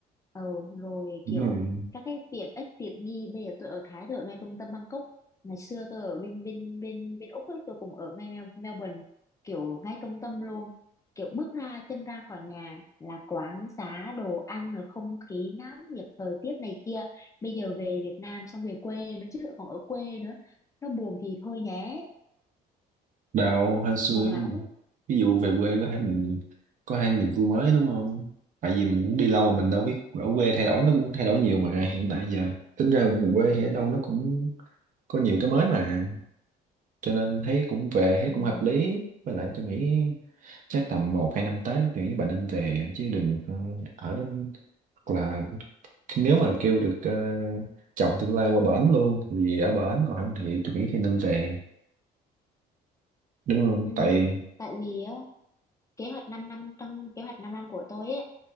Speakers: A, on the left; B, on the right.
A: ờ, rồi
B: đúng
A: kiểu
B: rồi
A: các cái tiện ích tiện nghi bây giờ tôi ở Thái tôi ở ngay trung tâm Bangkok ngày xưa tôi ở bên bên bên bên Úc ấy, tôi cũng ở ngay Mel- Melbourne kiểu ngay trung tâm luôn kiểu bước ra chân ra khỏi nhà là quán xá đồ ăn rồi không khí náo nhiệt thời tiết này kia bây giờ về Việt Nam xong về quê nữa chứ còn ở quê nữa nó buồn thì thôi nhé
B: đào hên xui
A: buồn lắm
B: ví dụ về quê có hai mình có hai niềm vui mới đúng không tại vì mình cũng đi lâu mình đâu biết ở quê thay đổi nó cũng thay đổi nhiều mà hiện tại giờ tính ra quê thì ở đâu nó cũng có nhiều cái mới mà cho nên thấy cũng về
A: ừ,
B: thấy cũng hợp lý với lại tôi nghĩ chắc tầm một hai năm tới thì các bạn nên về chứ đừng ờ, ở đến hoặc là nếu mà kêu được ờ, chồng tương lai qua bển luôn thì ở bển còn không thì tôi nghĩ thì nên về đúng không
A: ừ.
B: tại
A: tại vì á, kế hoạch 5 năm trong kế hoạch 5 năm của tôi ấy,